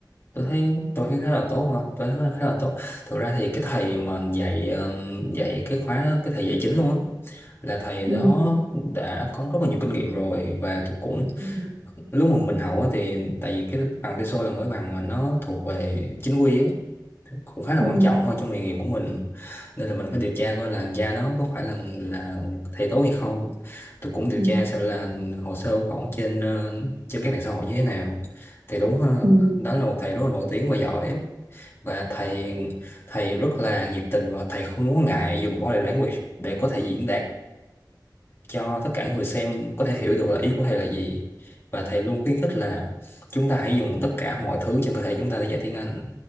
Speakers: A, on the left (about 35°); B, on the right (about 70°).
A: tôi thấy tôi thấy khá là tốt ha tôi thấy khá khá là tốt thực ra thì cái thầy mà dạy ờ, dạy cái khóa đó, cái thầy dạy chính luôn á là thầy
B: ừ
A: đó đã có rất là nhiều kinh nghiệm rồi và tôi cũng
B: ừ
A: lúc mà mình học á thì tại vì cái bằng TESOL là mỗi bằng mà nó thuộc về chính quy á cũng khá là
B: ừ
A: quan trọng thôi trong nghề nghiệp của mình nên là mình phải điều tra coi là da đó có phải là là thầy tố hay không tôi cũng điều
B: ừ
A: tra xem là hồ sơ của ổng trên ờ, trên các mạng xã hội như thế nào thì đúng ha
B: ừ
A: đó là một thầy rất là nổi tiếng và giỏi và thầy thầy rất là nhiệt tình và thầy không muốn ngại dùng body language để có thể diễn đạt cho tất cả người xem có thể hiểu được là ý của thầy là gì và thầy luôn khuyến khích là chúng ta hãy dùng tất cả mọi thứ trên cơ thể chúng ta để dạy tiếng Anh